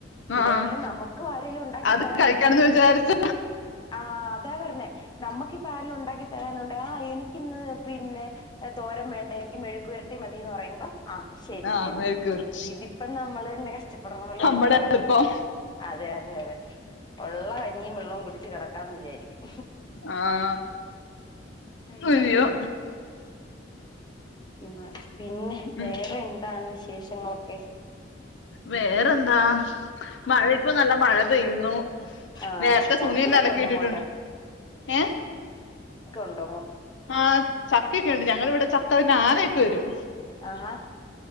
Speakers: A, on the left (about 25°); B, on the left (about 85°).
A: ഇതേപോലെ
B: ആഹ്
A: നമുക്കും ആരെലും ഉണ്ടാക്കി
B: അത്
A: തരാനുണ്ട
B: കഴിക്കണന്ന് വിചാരിച്ച
A: ആഹ അതാ പറഞ്ഞേ നമ്മുക്കിപ്പ ആരിലും ഉണ്ടാക്കി തരാനുണ്ട് ആ എനിക്കിന്ന് പിന്നെ തോരം വേണ്ട മെഴുക്കു ഇരട്ടി മതിന്ന് പറയുമ്പം ആ ശരി
B: ആഹ്
A: എന്താ
B: മേൽക്കേറും
A: ഇതിപ്പം നമ്മള് തന്നെ കഷ്ടപ്പെടണമല്ലോന്ന്റക്കും
B: നമ്മടെ എളുപ്പം
A: അതെ അതെ അതെ ഉള്ള കഞ്ഞിയും വെള്ളം കുടിച്ച് കിടക്കാന്ന് വിചാരിക്കും
B: ആഹ്
A: ഹൈ
B: അയ്യോ
A: ഉ പിന്നെ
B: ഉം
A: വേറെ എന്താണ് വിശേഷങ്ങളൊക്കെ
B: വേറെന്താ മഴ ഇപ്പോ നല്ല മഴ പെയ്യുന്നു
A: ആഹ്
B: നേരത്തെ
A: ചക്കയൊക്കെ
B: തുണി എല്ലാം അലക്കെ
A: ഉണ്ടോ
B: ഇട്ടിട്ടുണ്ട്
A: അങ്ങോട്ട്
B: ഏ
A: ണ്ടോ
B: ആ. ചക്കൊക്കെ ഉണ്ട് ഞങ്ങിവിടെ ചക്ക അതി ആനയൊക്കെ വരും
A: ആഹാ